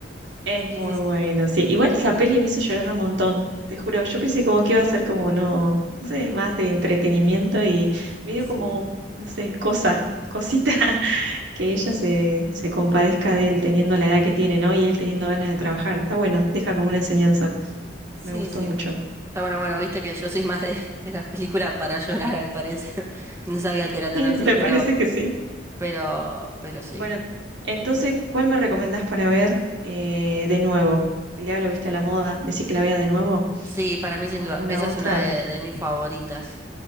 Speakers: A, on the right (about 70°); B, on the right (about 15°).
A: Es muy
B: Sí, sí, sí,
A: bueno, sí. Igual esa peli me hizo llorar un montón, te juro. Yo pensé como que iba a ser como, no, no sé, más de entretenimiento y me dio
B: sí,
A: como, no sé, cosa, cosita, <laughs> que ella se, se compadezca de él teniendo la edad que tiene, ¿no? Y él teniendo ganas de trabajar. Está bueno, deja como una enseñanza.
B: sí,
A: Me gustó
B: sí.
A: mucho.
B: Está bueno, bueno, viste que yo soy más de, de las películas para llorar, al parecer. <laughs> No sabía
A: <laughs>
B: que era tan
A: Me
B: así, pero,
A: parece que sí.
B: pero, pero sí.
A: Bueno, entonces, ¿cuál me recomendás para ver eh, de nuevo? El diablo viste a la moda, decís que la vea de nuevo
B: Sí, para mí sin
A: con
B: duda.
A: alguna
B: Esa
A: otra.
B: es una de, de mis favoritas.